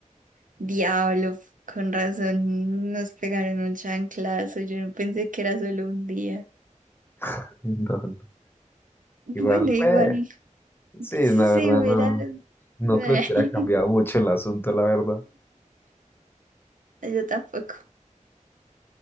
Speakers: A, on the right; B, on the left.
A: Diablo, con razón, nos pegaron un chanclazo. Yo no pensé que era solo un día.
B: <laughs> No, no.
A: Bueno,
B: Igual,
A: igual,
B: pues, sí,
A: si
B: la
A: se
B: verdad
A: hubiera...
B: no. No
A: <laughs>
B: creo que hubiera cambiado mucho el asunto, la verdad.
A: Yo tampoco.